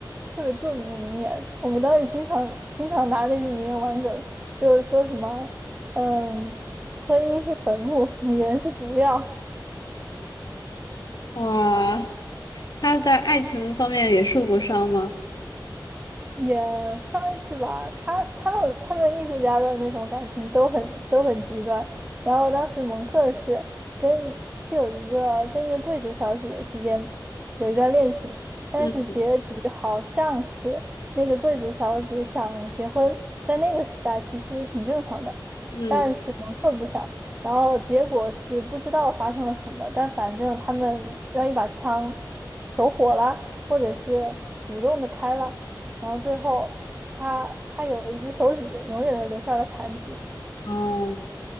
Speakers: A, on the right; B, on the left.
A: 特别著名的名言，我们当时经常经常拿那句名言玩梗，就是说什么，嗯，婚姻是坟墓，<laughs> 女人是毒药。
B: 哇，他在爱情方面也受过伤吗？
A: 也算是吧，他他们他们艺术家的那种感情都很都很极端。然后当时蒙克是跟一是有一个跟一个贵族小姐之间有一段恋情，但是结局好像是那个贵族小姐想结婚，
B: 嗯
A: 在那个时代其实挺正常的，
B: 嗯，
A: 但是蒙克不想。然后结果是不知道发生了什么，但反正他们让一把枪走火了，或者是主动的开了。然后最后他他有一只手指永远的留下了残疾。
B: 哦，